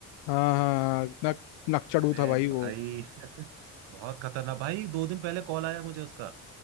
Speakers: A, on the left (about 75°); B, on the right (about 75°).
A: हाँ हाँ इतना नकचड़ू
B: अरे
A: था भाई
B: भाई
A: वो
B: <laughs> बहुत खतरनाक भाई दो दिन पहले कॉल आया मुझे उसका